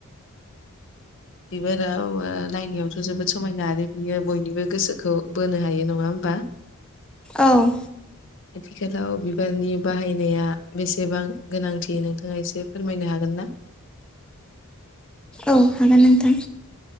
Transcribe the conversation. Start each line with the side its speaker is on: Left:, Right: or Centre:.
Left: बिबाराव ओ नायनायावथ जोबोद समायना आरो बियो बयनिबो गोसोखौ बोनो हायो नङा होमबा? <inaudible>
Centre: औ
Left: आथिखालाव बिबारनि बाहायनाया बेसेबां गोनांथि नोंथाङा एसे फोरमायनो हागोन ना? <inaudible>
Centre: औ हागोन नोंथां।